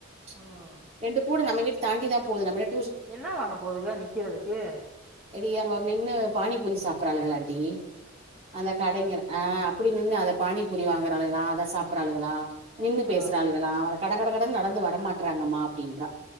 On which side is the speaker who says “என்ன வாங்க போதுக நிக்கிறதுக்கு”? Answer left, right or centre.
Centre